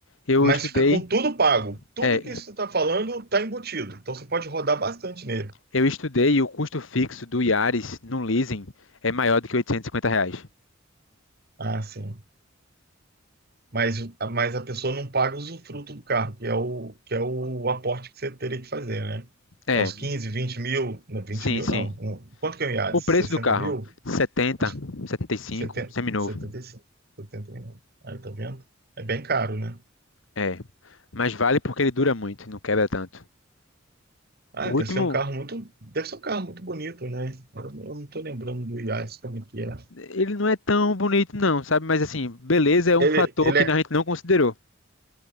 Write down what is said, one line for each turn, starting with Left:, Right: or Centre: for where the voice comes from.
Left: Eu
Right: Mas
Left: estudei.
Right: fica com tudo pago. Tudo
Left: É,
Right: que você está falando está embutido. Então você pode rodar bastante nele.
Left: eu estudei e o custo fixo do Yaris no leasing é maior do que oitocentos e cinquenta reais.
Right: Ah, sim. mas, mas a pessoa não paga o usufruto do carro, que é o, que é o aporte que você teria que fazer, né?
Left: É,
Right: É os 15 20 mil, não, 20
Left: sim,
Right: mil
Left: sim.
Right: não. Um- quanto que é o IAD?
Left: O
Right: sessenta
Left: preço do carro,
Right: mil? Uns
Left: 70, 75,
Right: 70,
Left: seminovo.
Right: 75, 71. Aí tá vendo? É bem caro, né?
Left: É, mas vale porque ele dura muito e não quebra tanto.
Right: Ah,
Left: O
Right: deve
Left: último,
Right: ser um carro muito, deve ser um carro muito bonito, né? Eu não eu não tô lembrando do IAS como é que é.
Left: ele não é tão bonito não, sabe? Mas assim, beleza é um
Right: Ele,
Left: fator
Right: ele
Left: que
Right: é,
Left: a gente não considerou.